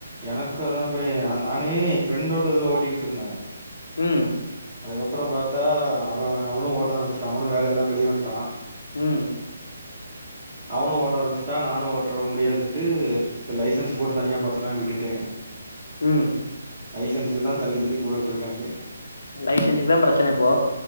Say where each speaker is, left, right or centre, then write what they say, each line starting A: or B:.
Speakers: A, on the right; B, on the left.
A: எனக்கும் அதா பயம் நானு ஃப்ரெண்டோட இதுல ஓட்டிக்கிட்டுருந்த
B: ம்
A: அதுக்கப்புறம் பாத்தா அவன் அவனும் ஓட்ட ஆரம்ச்சுட்டான் அவனும் வேல இல்லாம வெளிய வந்ட்டான்
B: ம்
A: அவனும் ஓட்ட ஆரம்ச்சுட்டான் நானும் ஓட்டுற முடியாதுன்ட்டு சோ லைசன்ஸ் போட்டு தனியா பாத்துக்கலானு விட்டுடேன்
B: ம்
A: லைசன்ஸு தா தள்ளி தள்ளி போட்டுட்டுருக்காயிங்க
B: லைசன்ஸ்க்கு தா பிரச்சன இப்போ